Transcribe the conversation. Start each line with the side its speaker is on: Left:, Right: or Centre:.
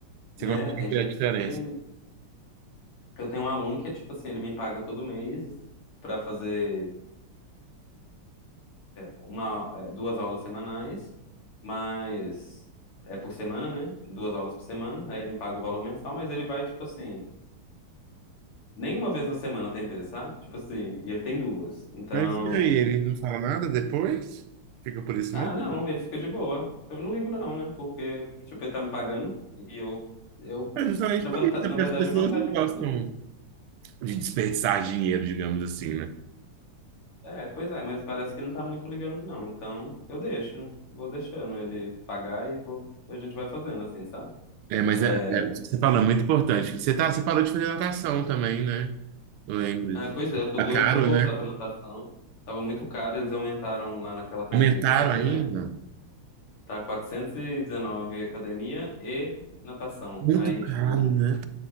Right: Você
Left: né?
Right: consegue
Left: Tem
Right: ver
Left: gente
Right: a diferença.
Left: que eu tenho um aluno que é tipo assim, ele me paga todo mês pra fazer uma, eh, duas aulas semanais, mas é por semana, né? Duas aulas por semana, aí ele me paga o valor mensal, mas ele vai tipo assim, nenhuma vez na semana tem vez, sabe? Tipo assim, e ele tem duas. Então,
Right: Mas e aí, ele não fala nada depois? Fica por isso
Left: Ah,
Right: mesmo?
Left: não, ele fica de boa. Eu não ligo não, né? Porque, tipo, ele tá me pagando e eu, eu,
Right: É justamente
Left: na,
Right: por
Left: vanta-
Right: isso, né?
Left: na
Right: porque
Left: verdade,
Right: as pessoas
Left: a vantagem
Right: não gostam
Left: é pra mim, né?
Right: de desperdiçar dinheiro, digamos assim, né?
Left: É, pois é, mas parece que ele não tá muito ligando não, então eu deixo, vou deixando ele pagar e vou, a gente vai fazendo assim, sabe?
Right: É, mas
Left: É,
Right: é, é, isso que você falou, é muito importante. Você tá, você parou de fazer natação também, né? Eu lembro.
Left: ah, pois é, eu tô
Right: Tá
Left: doido
Right: caro,
Left: pra eu voltar
Right: né?
Left: pra natação. Tava muito caro, eles aumentaram lá naquela academia
Right: Aumentaram
Left: que eu tava fazendo.
Right: ainda?
Left: Tá 419 academia e natação.
Right: Muito
Left: Aí,
Right: caro,
Left: tipo,
Right: né?